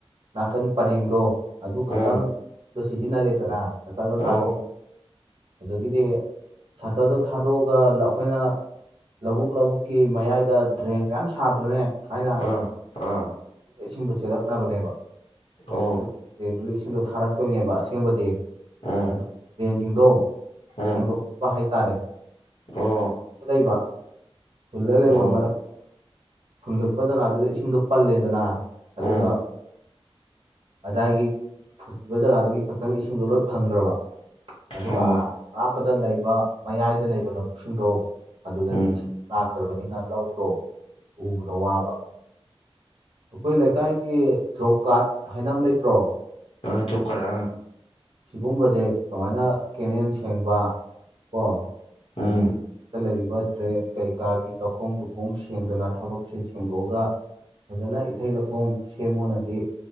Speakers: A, on the right; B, on the left.
A: ꯅꯥꯀꯟ ꯄꯔꯦꯡꯗꯣ ꯑꯗꯨ ꯈꯛꯇꯪ
B: ꯎꯝ
A: ꯁꯨꯝꯗ ꯁꯤꯖꯤꯟꯅꯔꯦꯗꯅ ꯆꯠꯊꯗ
B: ꯑꯣ
A: ꯊꯥꯗꯣꯛ ꯑꯗꯒꯤꯗꯤ ꯁꯇꯗꯣ ꯊꯥꯗꯣꯛꯑꯒ ꯑꯩꯈꯣꯏꯅ ꯂꯧꯕꯨꯛ ꯂꯧꯕꯨꯛꯀꯤ ꯃꯌꯥꯏꯗ ꯗ꯭ꯔꯦꯟ ꯃꯌꯥꯝ ꯁꯥꯗ꯭ꯔꯅꯦ ꯊꯥꯏꯅ
B: ꯑꯥ ꯑꯥ
A: ꯏꯁꯤꯡꯗꯣ ꯆꯦꯜꯂꯛꯅꯕꯅꯦꯕ
B: ꯑꯣ
A: ꯑꯗꯨ ꯇꯦꯟꯗꯨꯒꯤ ꯏꯁꯤꯡꯗꯣ ꯊꯥꯔꯛꯇꯣꯏꯅꯦꯕ ꯑꯁꯦꯡꯕꯗꯤ
B: ꯎꯝ
A: ꯑꯗꯨ ꯇꯦꯟꯁꯤꯡꯗꯣ
B: ꯎꯝ
A: ꯁꯦꯡꯗꯣꯛꯅꯕ ꯍꯥꯏꯇꯥꯔꯦ
B: ꯑꯣ
A: ꯂꯩꯕ ꯐꯨꯜꯂ ꯂꯩꯕ
B: ꯑꯣ
A: ꯃꯔꯝ ꯐꯨꯟꯒꯠꯄ ꯖꯒꯥꯗꯨꯗ ꯏꯁꯤꯡꯗꯣ ꯄꯜꯂꯦꯗꯅ ꯑꯗꯨꯒ
B: ꯎꯝ
A: ꯑꯗꯨꯗꯥꯏꯒꯤ ꯐꯨꯕ ꯖꯒꯥꯗꯨꯒꯤ ꯈꯛꯇꯪ ꯏꯁꯤꯡꯗꯣ ꯂꯣꯏ ꯐꯪꯈ꯭ꯔꯕ ꯑꯗꯨꯒꯔꯥꯞ
B: ꯑꯣ
A: ꯑꯔꯥꯞꯄꯗ ꯂꯩꯕ ꯃꯌꯥꯏꯗ ꯂꯩꯕ ꯂꯧꯕꯛꯁꯤꯡꯗꯣ ꯑꯗꯨꯗꯗꯤ
B: ꯎꯝ
A: ꯂꯥꯛꯇ꯭ꯔꯕꯅꯤꯅ ꯂꯧꯗꯣ ꯎꯕꯗ ꯋꯥꯕ ꯑꯩꯈꯣꯏ ꯂꯩꯀꯥꯏꯒꯤ ꯖꯣꯕ ꯀꯥꯔꯗ ꯍꯥꯏꯅ ꯑꯃ ꯂꯩꯇ꯭ꯔꯣ
B: ꯑꯥ ꯆꯣꯛ ꯀꯔ ꯑꯥ
A: ꯁꯤꯒꯨꯝꯕꯁꯦ ꯁꯨꯃꯥꯏꯅ ꯀꯦꯅꯦꯦꯟ ꯁꯦꯡꯕ ꯀꯣ
B: ꯑꯥ
A: ꯑꯗꯨꯗꯒꯤ
B: ꯎꯝ
A: ꯂꯩꯔꯤꯕ ꯗ꯭ꯔꯦꯟ ꯀꯩꯀꯥꯒꯤ ꯂꯧꯈꯣꯡ ꯇꯨꯈꯣꯡ ꯁꯦꯡꯗꯅ ꯊꯕꯛꯁꯦ ꯁꯦꯡꯗꯣꯛꯑꯒ ꯐꯖꯅ ꯏꯊꯩ ꯂꯧꯈꯣꯡ ꯁꯦꯝꯃꯣꯅꯗꯤ